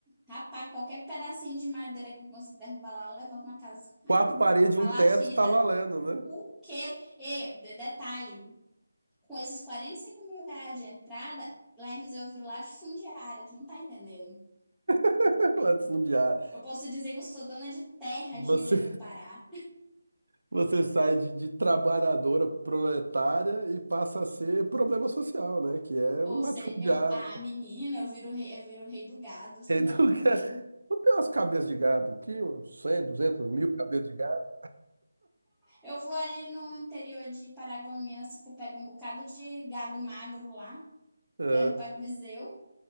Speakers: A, in the centre; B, on the right (about 75°).
A: rapaz, qualquer pedacinho de madeira que eu consigo derrubar lá, eu levanto uma casa. Ah,
B: Quatro
A: uma
B: paredes
A: palafita.
B: e um teto tá valendo, né?
A: O quê? E, de- detalhe, com esses 45 mil reais de entrada, lá em Viseu eu viro latifundiária, tu não tá entendendo.
B: <laughs> Latifundiário.
A: Eu posso dizer que eu sou dona de terras
B: Você
A: no interior do Pará.
B: Você sai de, de trabalhadora proletária e passa a ser problema social, né? Que é o
A: Ou
B: latifundiário.
A: seja, eu, ah, menina, eu viro rei, eu viro rei do gado, você
B: <laughs> Educa...
A: não tá entendendo.
B: Não tem umas cabeças de gado aqui, uns 100, 200, mil cabeças de gado.
A: Eu vou ali no interior de Paragominas, que eu pego um bocado de gado magro lá,
B: É.
A: levo pra Viseu.